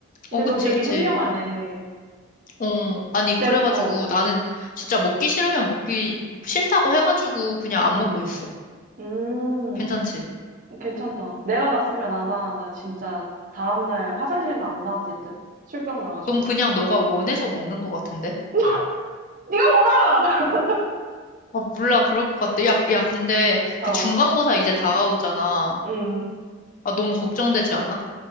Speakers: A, on the right; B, on the left.
A: 근데
B: 어, 그치,
A: 넌 되게
B: 그치.
A: 현명하네.
B: 어, 아니,
A: 내가,
B: 그래가지고
A: 어,
B: 나는 진짜 먹기 싫으면 먹기 싫다고 해가지고 그냥 안
A: 응.
B: 먹고 있어.
A: 음,
B: 괜찮지?
A: 괜찮다. 내가 갔으면 아마 나 진짜 다음날 화장실에서 안 나왔을 듯? 술병 나가지고.
B: 넌 그냥 너가 원해서 먹는 것 같은데?
A: <laughs> 네가 뭘 알아!
B: 아, 몰라. 그럴 것 같아. 야, 야, 근데
A: 어,
B: 그 중간고사 이제 다가오잖아.
A: 음,
B: 아, 너무 걱정되지 않아?